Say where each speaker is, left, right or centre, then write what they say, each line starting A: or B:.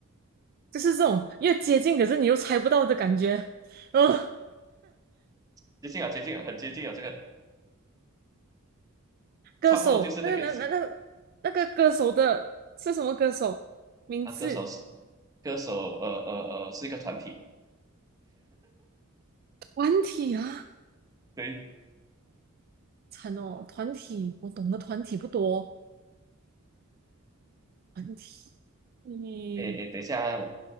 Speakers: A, on the right; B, on the right.
A: 就是这种越接近，可是你又猜不到的感觉。呃，
B: <laughs> 接近啊，接近啊，很接近啊，这个
A: 歌手，
B: 差不多就是那个意思
A: 那个那那那那个歌手的是什么歌手？名字？
B: 啊。歌手是歌手，呃呃呃，是一个团体，
A: 团体啊？
B: 对，
A: 惨哦，团体，我懂的团体不多。团体，你
B: 诶诶，等一下。